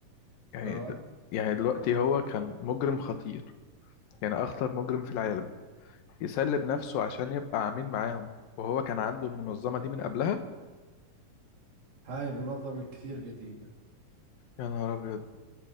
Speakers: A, on the left; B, on the right.
A: يعني
B: اه
A: يعني دلوقتي هو كان مجرم خطير يعني أخطر مجرم في العالم يسلب نفسه عشان يبقى عميل معاهم وهو كان عنده المنظمة دي من قبلها
B: هاي المنظمة كثير قديمة
A: يا نهار أبيض